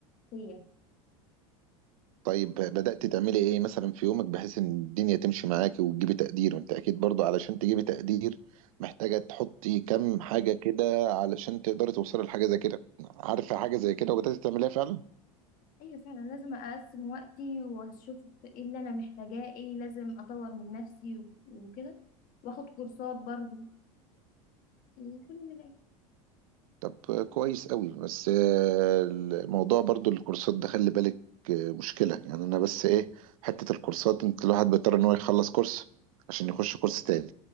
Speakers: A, on the left (about 50°); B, on the right (about 75°).
A: فيا
B: طيب بدأت تعملي إيه مثلا في يومك بحيث إن الدنيا تمشي معاكي وتجيبي تقدير وأنت أكيد برضو علشان تجيبي تقدير محتاجة تحطي كم حاجة كده علشان تقدري توصلي لحاجة زي كده عارفة حاجة زي كده وبدأت تعمليها فعلا
A: ايوه فعلا لازم اقسم وقتي واشوف ايه اللي انا محتاجاه ايه لازم اطور من نفسي و- وكده واخد كورسات برضو كل اللي
B: طب كويس قوي بس آه، الموضوع برضو الكورسات ده خلي بالك آه، مشكلة يعني انا بس ايه حتة الكورسات انت الواحد بيضطر ان هو يخلص كورس عشان يخش كورس تاني